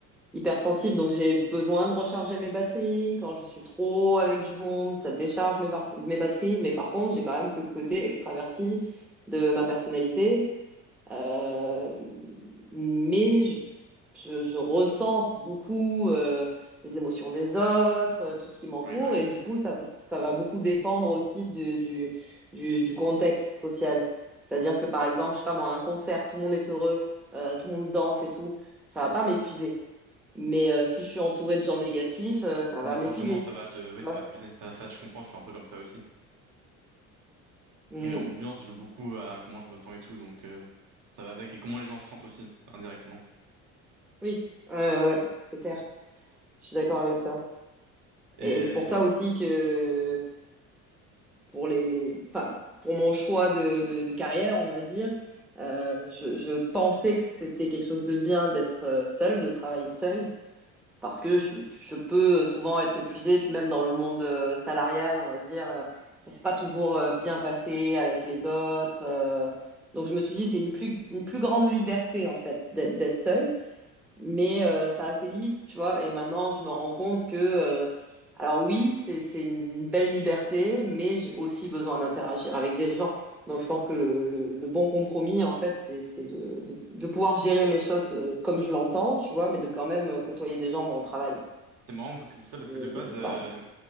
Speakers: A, in the centre; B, on the right.
A: hypersensible, donc j'ai besoin de recharger mes batteries. Quand je suis trop avec du monde, ça décharge mes, bar- mes batteries. Mais par contre, j'ai quand même ce côté extraverti de ma personnalité euh, mais je, je- je ressens beaucoup euh, les émotions des autres, euh, tout ce qui m'entoure,
B: Oui, bah oui.
A: et du coup, ça, ça va beaucoup dépendre aussi de- du, du, du contexte social. C'est-à-dire que, par exemple, je sais pas moi, un concert, tout le monde est heureux, euh, tout le monde danse et tout, ça va pas m'épuiser. Mais euh, si je suis entourée de gens négatifs, euh, ça
B: Bah
A: va m'épuiser.
B: forcément, ça va te,
A: Tu
B: oui,
A: vois?
B: ça va t'épuiser. Ça, ça, je comprends, je suis un peu comme ça aussi.
A: Mm.
B: Et l'ambiance joue beaucoup à comment je me sens et tout, donc euh, ça va avec. Et comment les gens se sentent aussi, indirectement.
A: Oui, ouais, ouais, ouais, c'est clair. Je suis d'accord avec ça.
B: Et
A: Et c'est pour ça
B: ouais.
A: aussi que pour, les, les enfin, pour mon choix de, de, de, carrière, on va dire. Euh, je, je, pensais que c'était quelque chose de bien d'être euh, seul, de travailler seul, parce que je, je, peux souvent être épuisée, puis même dans le monde euh, salarial, on va dire, euh, ça s'est pas toujours euh, bien passé avec les autres. Euh, Donc je me suis dit, c'est une plus, une plus grande liberté en fait d'être d'être seule mais euh, ça a ses limites, tu vois. Et maintenant, je me rends compte que, euh, alors oui, c'est c'est une belle liberté, mais j'ai aussi besoin d'interagir avec des gens. Donc, je pense que le, le, le bon compromis, en fait, c'est c'est de, de, de pouvoir gérer mes choses euh, comme je l'entends, tu vois, mais de quand même euh, côtoyer des gens dans le travail,
B: C'est marrant parce que tu dis ça parce
A: de,
B: que de base,
A: de, de
B: euh,
A: pas.